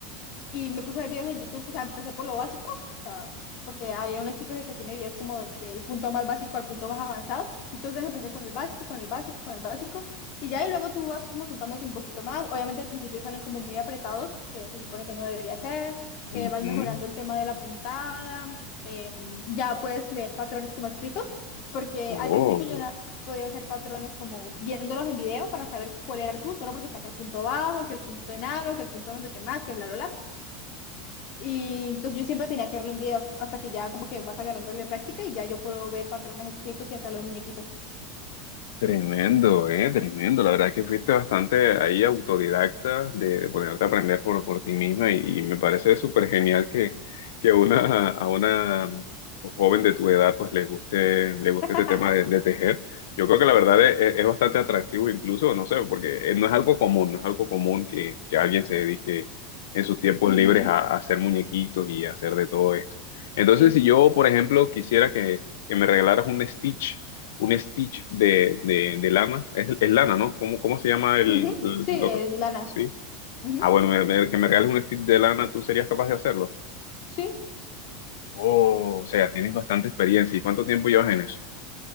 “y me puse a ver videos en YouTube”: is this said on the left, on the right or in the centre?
Left